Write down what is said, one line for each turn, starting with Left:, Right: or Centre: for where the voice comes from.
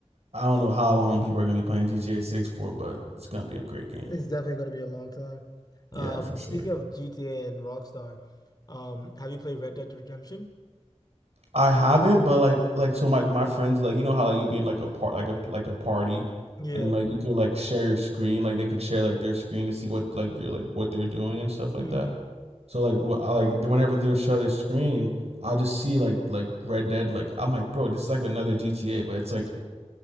Right: I don't know how long people are gonna be playing GTA Six for, but it's gonna be a great game.
Left: it's definitely gonna be a long time.
Right: Yeah,
Left: Um,
Right: for sure.
Left: speaking of GTA and Rockstar, um, have you played Red Dead Redemption?
Right: I haven't, but like like so my my friends like you know how like you'd be in like a part like a like a party,
Left: Yeah.
Right: and then like you could like share your screen, like they could share like their screen to see what like you're like what they're doing and stuff like
Left: Mm,
Right: that. So like wh- I- like whenever they'll show their screen, I'll just see like like Red Dead. Like I'm like, bro, this is like another GTA, but it's like